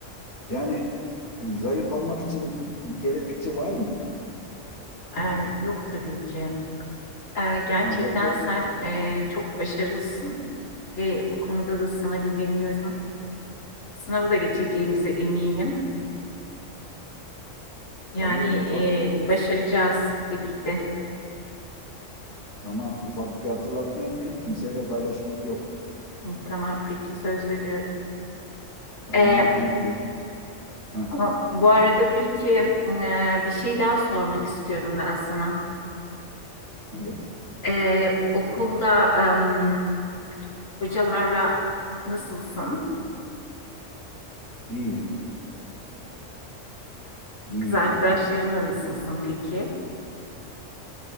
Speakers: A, on the left; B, on the left.
A: Yani e, zayıf almak için bir gerekçe var mı?
B: Ee, yok tabii ki. Ee, gerçekten
A: Yani yapılabilir.
B: sen e, çok başarılısın ve bu konuda da sana güveniyorum. Sınavı da geçeceğimize eminim. Yani
A: Tabii ufak bir,
B: e, başaracağız birlikte.
A: tamam, ufak bir hatırlatma yapayım. Kimseyle paylaşmak yok.
B: Hı, Tamam peki söz veriyorum.
A: Tamam.
B: Ee,
A: gö- Ha,
B: a- bu arada peki e, bir şey daha sormak istiyorum ben sana.
A: evet.
B: Ee, okulda em, hocalarla nasılsın?
A: İyiyim. İyiyim
B: Kız arkadaşlarınla
A: yani.
B: nasılsın peki?